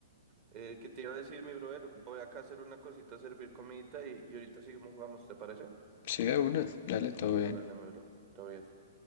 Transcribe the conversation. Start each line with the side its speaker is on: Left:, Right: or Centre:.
Right: Eh, ¿qué te iba a decir, mi brother? Voy acá a hacer una cosita, a servir comidita y, y ahorita seguimos jugando, ¿te parece?
Left: Sí, de una. Dale, todo bien.
Right: Hágale, mi bro. Todo bien.